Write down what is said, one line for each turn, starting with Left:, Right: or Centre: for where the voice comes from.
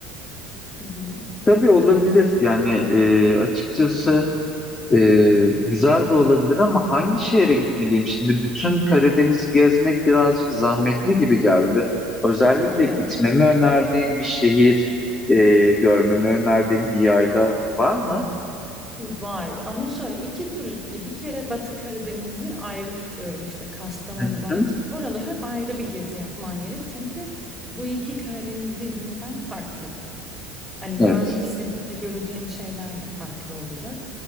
Centre: Hı hı.
Left: tabii olabilir. Yani e, açıkçası. Ee, güzel de olabilir ama hangi şehre gitmeliyim şimdi? Bütün Karadeniz gezmek birazcık zahmetli gibi geldi. Özellikle
Centre: Evet.
Left: gitmemi önerdiğin bir şehir, e, görmemi önerdiğin bir yayla var mı?
Centre: var ama şöyle 2 türlü bir kere Batı Karadeniz'i ayrı tutuyorum, işte, Kastamonu,
Left: Hı
Centre: Bartın
Left: hı.
Centre: oraları ayrı bir gezi yapman gerek çünkü bu 2 Karadeniz birbirinden farklı. Hani
Left: Evet.
Centre: görmek istediğinde göreceğin şeyler de farklı olacak.